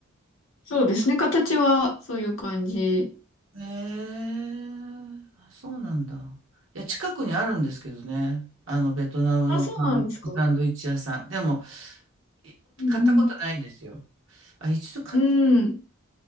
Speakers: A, on the left (about 75°); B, on the right (about 70°).
A: そうですね。形はそういう感じ。
B: ええあ、そうなんだ。いや、近くにあるんですけどね。あの、ベトナムのパン、
A: あ、そうなんですか。
B: サンドイッチ屋さん。でも、い買ったことないんですよ。
A: うん
B: あ、一度買っ、
A: うん。うん。